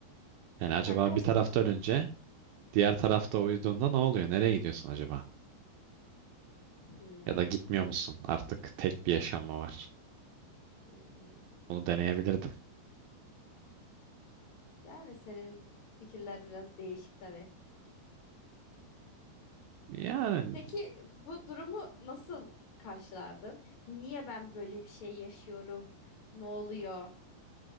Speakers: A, on the right; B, on the left.
A: Yani acaba
B: Sen biraz...
A: bir tarafta ölünce diğer tarafta uyuduğunda ne oluyor? Nereye gidiyorsun acaba?
B: Hmm,
A: Ya da gitmiyor musun? Artık tek bir yaşam mı var?
B: hmm.
A: Bunu deneyebilirdim.
B: Yani senin fikirler biraz değişik tabii.
A: Yani
B: Peki bu durumu nasıl karşılardın? Niye ben böyle bir şey yaşıyorum? Ne oluyor